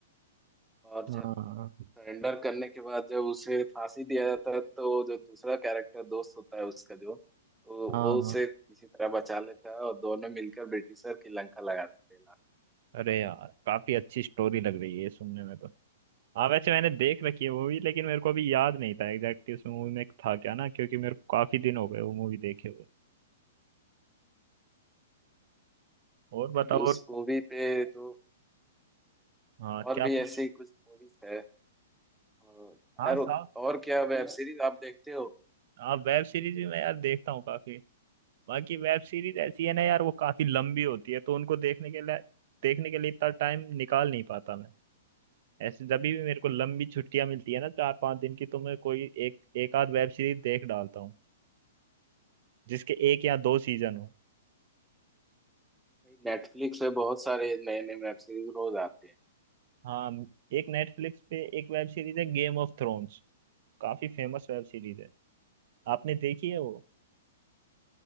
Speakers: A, in the centre; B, on the right.
A: और
B: हाँ
A: जो सरेंडर करने के बाद जब उसे फांसी दिया जाता है तो जो दूसरा कैरेक्टर दोस्त होता है उसका जो तो
B: हाँ
A: वो उसे किसी तरह बचा लेता है और दोनों मिलकर ब्रिटिशर की लंका लगा देते हैं
B: अरे यार काफी अच्छी स्टोरी लग रही है ये सुनने में तो हाँ वैसे मैंने देख रखी है मूवी लेकिन मेरे को अभी याद नहीं था एग्जैक्टली उसमें मूवी में था क्या ना क्योंकि मेरे को काफी दिन हो गए वो मूवी देखे हुए और बताओ
A: भाई उस
B: और
A: मूवी पे जो
B: हाँ
A: और
B: क्या
A: भी
B: पूछ
A: ऐसी कुछ मूवीज है और
B: हाँ साउथ
A: और और क्या वेब सीरीज आप देखते हो
B: हाँ वेब सीरीज भी मैं यार देखता हूँ काफी बाकी वेब सीरीज ऐसी है ना यार वो काफी लंबी होती है तो उनको देखने के लिए देखने के लिए इतना टाइम निकाल नहीं पाता मैं ऐसे जब भी मेरे को लंबी छुट्टियां मिलती है ना चार पांच दिन की तो मैं कोई एक एक आध वेब सीरीज देख डालता हूँ जिसके एक या दो सीजन हो
A: भाई नेटफ्लिक्स पे बहुत सारे नए नए वेब सीरीज रोज आते हैं
B: हाँ एक नेटफ्लिक्स पे एक वेब सीरीज है गेम ऑफ थ्रोन्स काफी फेमस वेब सीरीज है आपने देखी है वो